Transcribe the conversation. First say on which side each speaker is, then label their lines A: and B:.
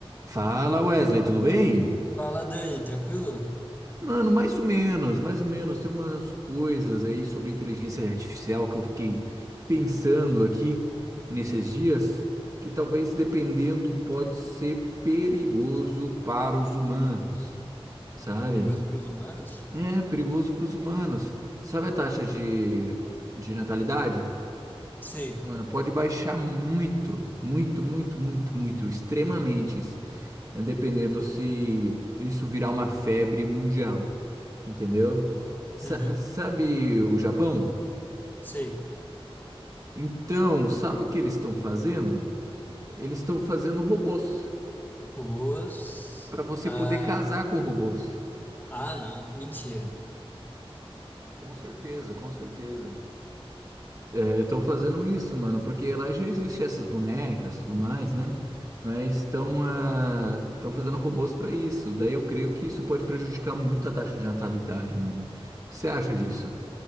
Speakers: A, on the right; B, on the left.
A: Fala Wesley, tudo bem?
B: Fala, Dani, tranquilo?
A: Mano, mais ou menos, mais ou menos. Tem umas coisas aí sobre inteligência artificial que eu fiquei pensando aqui nesses dias, que talvez dependendo pode ser perigoso para os humanos, sabe?
B: Perigoso para os humanos?
A: É, perigoso para os humanos. Sabe a taxa de, de natalidade?
B: Sei.
A: Mano, pode baixar muito, muito, muito, muito, muito, extremamente. né, dependendo se isso virar uma febre mundial, entendeu? Sa-
B: Uhum.
A: sabe o Japão?
B: Sei.
A: Então, sabe o que eles estão fazendo? Eles estão fazendo robôs
B: Robôs.
A: para você
B: Ah,
A: poder casar com robôs.
B: ah, não. Mentira.
A: Com certeza, com certeza. É, estão fazendo isso, mano, porque lá já existe essas bonecas, tudo mais, né? Mas estão ah, estão fazendo robôs para isso. Daí eu creio que isso pode prejudicar muito a taxa de natalidade, mano. O que você acha disso?